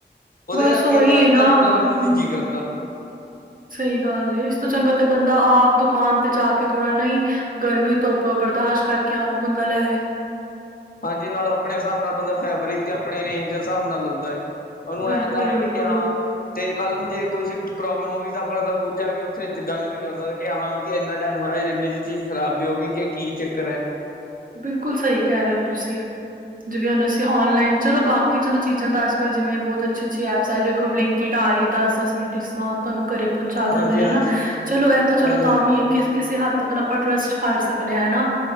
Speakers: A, on the right; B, on the left.
A: ਬਸ
B: ਕਰਕੇ
A: ਉਹੀ
B: ਜ਼ਿਆਦਾਤਰ
A: ਹੈ ਨਾ
B: ਬੁਲਾਉਣ
A: ਹੰ
B: ਨੂੰ ਨੀ ਜੀਅ ਕਰਦਾ
A: ਸਹੀ ਗੱਲ ਏ ਇਸ ਤੋਂ ਚੰਗਾ ਤਾਂ ਬੰਦਾ ਆਪ ਦੁਕਾਨ ਤੇ ਜਾ ਕੇ ਥੋੜਾ ਨਹੀ ਗਰਮੀ ਧੋਪ ਬਰਦਾਸ਼ਤ ਕਰਕੇ ਆਪ ਈ ਬੰਦਾ ਲੈ ਆਏ
B: ਹਾਂਜੀ ਨਾਲ ਆਪਣੇ ਹਿਸਾਬ ਨਾਲ ਬੰਦਾ ਫੈਬਰਿਕ ਤੇ ਆਪਣੇ ਰੇਂਜ ਦੇ ਹਿਸਾਬ ਨਾਲ ਲੈਂਦਾ ਏ ਉਹਨੂੰ
A: ਬਿਲਕੁਲ,
B: ਐਂ ਤਾਂ ਹੈ
A: ਬਿਲਕੁਲ,
B: ਨੀ ਕਿ ਹਾਂ ਤੇ ਕੱਲ ਨੂੰ ਜੇ ਕੂਛ ਪ੍ਰੋਬਲਮ ਹੋ ਗਈ ਤਾਂ ਆਪਾਂ ਤਾਂ ਖੁੱਦ ਜਾ ਕੇ ਉੱਥੇ ਗੱਲ ਵੀ ਕਰ ਸਕਦੇ ਕਿ ਹਾਂ ਕਿ ਏਨਾ ਟਾਈਮ ਹੋਇਆ ਇੰਨੇ ਚ ਚੀਜ਼ ਖ਼ਰਾਬ ਵੀ ਹੋ ਗਈ ਕਿ ਕੀ ਚੱਕਰ ਹੈ
A: ਬਿਲਕੁਲ ਸਹੀ ਕਹਿ ਰਹੇ ਔ ਤੁਸੀਂ ਜਿਵੇਂ ਹੁਨ ਅਸੀਂ ਔਨਲਾਈਨ ਚਲੋ ਬਾਕੀ ਚਲੋ ਚੀਜ਼ਾਂ ਤਾਂ ਅੱਜ, ਕੱਲ੍ਹ ਜਿਵੇਂ ਬਹੁਤ ਅੱਛੀ, ਅੱਛੀ ਐਪਸ ਐ ਦੇਖੋ ਬਲਿੰਕਟ ਆ ਰਹੀ ਹੈ ਦਸ ਦਸ ਮਿੰਟ ਇਚ ਸਮਾਨ ਤੁਹਾਨੂੰ ਘਰੇ ਪਹੁੰਚਾ ਦਿੰਦੇ
B: ਹਾਂਜੀ
A: ਨੇ
B: ਹਾਂਜੀ
A: ਨਾ ਚਲੋ ਇਹ ਤਾਂ ਚਲੋ
B: ਹਾਂਜੀ
A: ਤਾਂ ਵੀ ਕਿਸੇ, ਕਿਸੇ ਹੱਦ ਤੱਕ ਨਾ ਆਪਾਂ ਟਰਸਟ ਵੀ ਕਰ ਸਕਨੇ ਹਾਂ ਹੈਨਾ